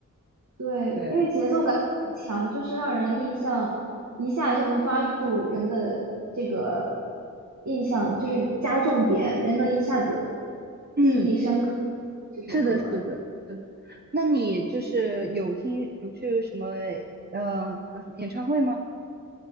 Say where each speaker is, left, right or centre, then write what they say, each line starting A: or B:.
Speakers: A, on the right; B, on the right.
A: 对，
B: 对，
A: 因为节奏感很强，就是让人印象一下就能抓住人的这个印象，就是加重点，人能一下子
B: 嗯，
A: 记忆深刻这首歌。
B: 是的，是的，是的。那你就是有听有去什么呃叫什么演唱会吗？